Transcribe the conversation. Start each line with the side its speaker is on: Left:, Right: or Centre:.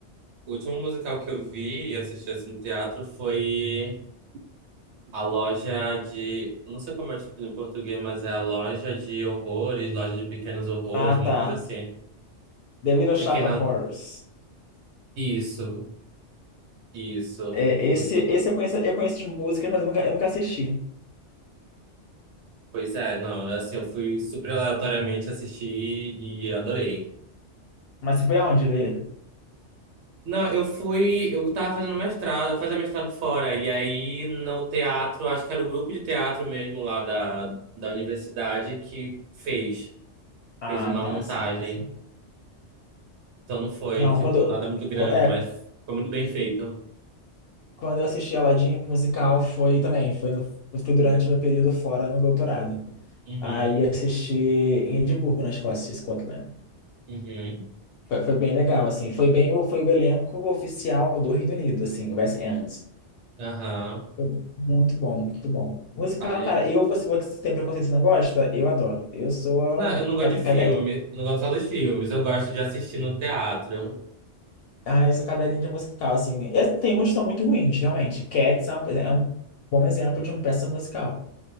Right: o último musical que eu vi e assisti assim no teatro foi A loja de. Não sei como é o título em português, mas é a loja de horrores, loja de pequenos horrores,
Left: ah,
Right: uma
Left: tá.
Right: coisa assim.
Left: The Little Shop
Right: Pequena.
Left: of Horrors.
Right: Isso, isso.
Left: É,
Right: Hum,
Left: esse, esse eu conheço, eu conheço as músicas, mas eu nunca, eu nunca assisti.
Right: Pois é, não, é assim, eu fui super aleatoriamente assistir e adorei.
Left: Mas você foi aonde ver?
Right: Não, eu fui. Eu tava fazendo mestrado, eu fazia mestrado fora, e aí no teatro, acho que era o grupo de teatro mesmo lá da, da universidade que fez,
Left: Ah,
Right: fez uma
Left: tá,
Right: montagem.
Left: sim, sim.
Right: Então não foi,
Left: Não,
Right: tipo,
Left: quando,
Right: nada muito grande,
Left: é
Right: mas foi muito bem feito.
Left: Quando eu assisti Aladdin musical foi também, foi, no- foi durante meu período fora no doutorado.
Right: Uhum,
Left: Aí assisti em Edimburgo, na Escócia, Scotland.
Right: uhum,
Left: Foi, foi bem legal, assim. Foi bem o, foi o elenco oficial do Reino Unido, assim, o West End.
Right: aham.
Left: Foi muito bom, muito bom. Musical,
Right: Ai.
Left: cara, eu, você falou que você tem preconceito e não gosta, eu adoro. Eu sou a
Right: Não, eu não gosto
Left: cade,
Right: de filme.
Left: cade,
Right: Eu não gosto só dos filmes. Eu gosto de assistir no teatro.
Left: ah, eu sou cadelinha de musical, assim. E Tem uns que são muito ruins, realmente. Cats é um, é um bom exemplo de uma peça musical.